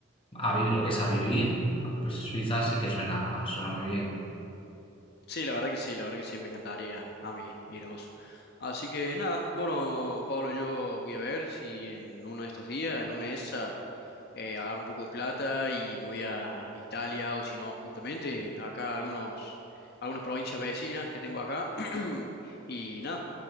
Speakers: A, on the left; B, on the left.
A: a vivir lo que es a vivir, pues Suiza sí que suena, suena muy bien.
B: Sí, la verdad que sí, la verdad que sí, me encantaría a mí ir vos. Así que nada, bueno, Pablo, yo voy a ver si en uno de estos días, en una de esas, eh, agarro un poco de plata y me voy a Italia o si no, justamente acá a algunos, algunas provincias vecinas que tengo acá. <clears throat> Y nada,